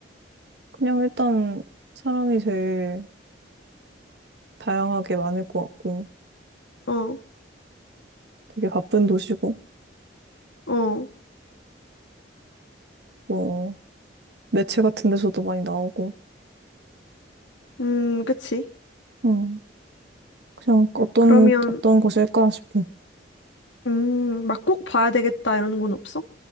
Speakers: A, on the right; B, on the left.
A: 그냥 일단 사람이 제일 다양하게 많을 것 같고,
B: 어,
A: 되게 바쁜 도시고,
B: 어.
A: 뭐, 매체 같은 데서도 많이 나오고,
B: 음, 그치.
A: 응. 그냥 어떤,
B: 그러면,
A: 어떤 곳일까 싶어.
B: 음, 막 꼭 봐야 되겠다 이런 건 없어?